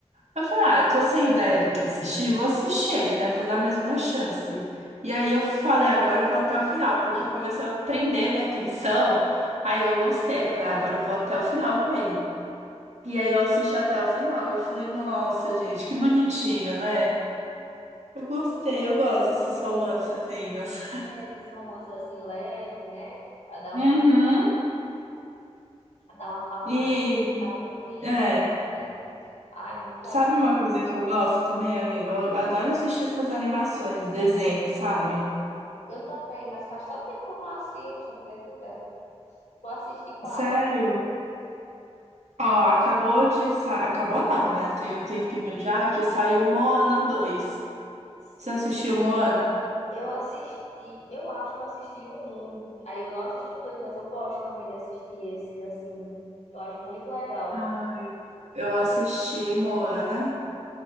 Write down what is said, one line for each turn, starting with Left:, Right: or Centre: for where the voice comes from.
Right: Eu falei, ah, tô sem ideia do que assistir, vou assistir ele, né? Vou dar mais uma chance. E aí eu falei, agora eu vou até o final, porque começou a prender minha atenção. Aí eu gostei, falei, ah, agora eu vou até o final com ele. E aí eu assisti até o final. Eu falei, nossa, gente, que bonitinho, né? Eu gostei, eu gosto desses romancezinhos.
Left: É, esses romances assim leve, né? Pra dar
Right: Uhum.
Left: uma, pra dar uma acalmada,
Right: E,
Left: ficar tranquilo,
Right: é,
Left: né? Ai, muito bom.
Right: sabe uma coisa que eu gosto também, amigo? Eu
Left: É.
Right: adoro assistir essas animações, desenhos, sabe?
Left: Eu também, mas faz tanto tempo que eu não assisto, acredita? Tu assiste quais?
Right: Sério? Ó, acabou de sa... Acabou não, né? Tem um tempinho já que saiu Moana dois
Left: Sim.
Right: Você assistiu Moana?
Left: Eu assisti, eu acho que eu assisti o um. Aí eu não assisti o dois, mas eu gosto também de assistir esses, assim. Eu acho muito legal.
Right: Ai, Eu assisti Moana.